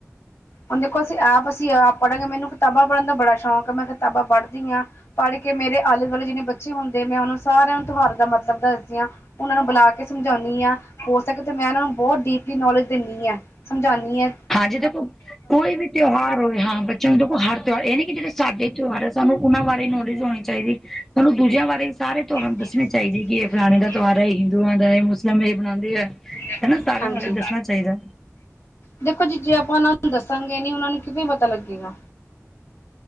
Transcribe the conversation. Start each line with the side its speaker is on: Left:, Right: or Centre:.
Left: ਹੁਣ ਦੇਖੋ ਅਸੀਂ ਆਪ ਅਸੀਂ ਆਪ ਪੜਾਂਗੇ ਮੈਨੂੰ ਕਿਤਾਬਾਂ ਪੜ੍ਹਨ ਦਾ ਬੜਾ ਸ਼ੌਂਕ ਐ ਮੈਂ ਕਿਤਾਬਾਂ ਪੜ੍ਹਦੀ ਆਂ। ਪੜ੍ਹ ਕੇ ਮੇਰੇ ਆਲੇ ਦੁਆਲੇ ਜਿਹਨੇ ਬੱਚੇ ਹੁੰਦੇ ਮੈਂ ਉਹਨੂੰ ਸਾਰਿਆਂ ਨੂੰ ਤਿਉਹਾਰ ਦਾ ਮਤਲਬ ਦੱਸਦੀ ਆਂ। ਉਹਨਾਂ ਨੂੰ ਬੁਲਾ ਕੇ ਸਮਝਾਉਂਦੀ ਆਂ ਹੋ ਸਕੇ ਤੇ ਮੈਂ ਇਹਨਾਂ ਨੂੰ ਬਹੁਤ ਡੀਪ ਦੀ ਨੌਲੇਜ ਦਿੰਦੀ ਆਂ ਸਮਝਾਂਦੀ ਆਂ।
Centre: ਹਾਂਜੀੇ ਦੇਖੋ ਕੋਈ ਵੀ ਤਿਉਹਾਰ ਹੋਏ ਹਾਂ ਬੱਚਿਆਂ ਨੂੰ ਦੇਖੋ ਹਰ ਤਿਉਹਾਰ ਇਹ ਨੀ ਕਿ ਜਿਹੜੇ ਸਾਡੇ ਤਿਉਹਾਰ ਸਾਨੂੰ ਉਹਨਾਂ ਬਾਰੇ ਨੋਲਿਸ ਹੋਣੀ ਚਾਹੀਦੀ, ਸਾਨੂੰ ਦੂਜਿਆਂ ਬਾਰੇ ਸਾਰੇ ਤੁਹਾਨੂੰ
Left: ਚਾਹੀਦੀ
Centre: ਦੱਸਣੇ ਚਾਹੀਦੇ ਕਿ ਫਲਾਣੇ ਦਾ ਤਿਉਹਾਰ ਹੈ ਇਹ ਹਿੰਦੂਆਂ ਦਾ ਮੁਸਲਿਮ ਇਹ ਬਣਾਉਂਦੇ ਆ
Left: ਹੈ।
Centre: ਹਨਾ ਸਾਰਿਆਂ
Left: ਹਾਂਜੀ
Centre: ਬਾਰੇ ਦੱਸਣਾ ਚਾਹੀਦਾ।
Left: ਦੇਖੋ ਜੀ ਜੇ ਆਪਾਂ ਉਹਨਾਂ ਨੂੰ ਦੱਸਾਂਗੇ ਨੀ ਉਹਨਾਂ ਨੂੰ ਕਿਵੇਂ ਪਤਾ ਲੱਗੇਗਾ।